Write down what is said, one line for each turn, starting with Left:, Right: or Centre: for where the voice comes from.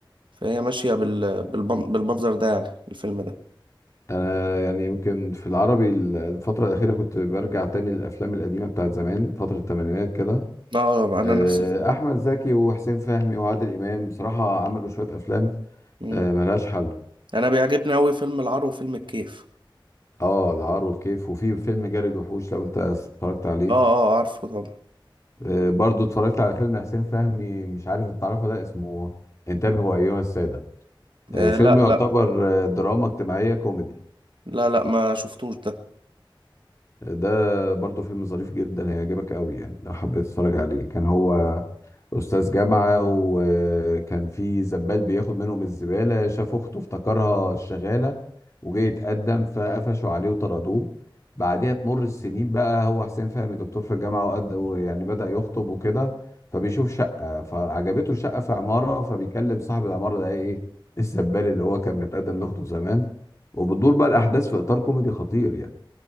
Right: فهي ماشية بال... بالمن- بالمنظر ده يعني الفيلم ده
Left: انا يعني يمكن في العربي ال- الفتره الاخيره كنت برجع تاني للافلام القديمه بتاعت زمان فتره الثمانينات كده
Right: اه انا
Left: آه،
Right: نفس
Left: احمد زكي وحسين فهمي وعادل امام بصراحه عملوا شويه افلام
Right: مم.
Left: آه، ملهاش حل
Right: انا بيعجبني قوي فيلم العار وفيلم الكيف
Left: اه العار والكيف وفي فيلم جري الوحوش لو انت اتفرجت عليه
Right: اه اه عارفه طبعا
Left: آه، برضو اتفرجت على فيلم حسين فهمي مش عارف إنت تعرفه ده اسمه انتبهوا ايها السادة آه،
Right: آه
Left: فيلم
Right: لا
Left: يعتبر
Right: لا
Left: آه، دراما اجتماعية كوميدي
Right: لا لا ما شفتوش ده
Left: ده برضه فيلم ظريف جدا هيعجبك قوي يعني لو حبيت تتفرج عليه كان هو أستاذ جامعة وكان في زبال بياخد منهم الزبالة شاف أخته افتكرها الشغالة وجه يتقدم فقفشوا عليه وطردوه بعدها تمر السنين بقى هو حسين فهمي دكتور في الجامعة وقد ويعني بدأ يخطب وكده فبيشوف شقة فعجبته الشقة في عمارة فبيكلم صاحب العمارة ده إيه الزبال اللي هو كان متقدم لأخته زمان وبتدور بقى الأحداث في إطار كوميدي خطير يعني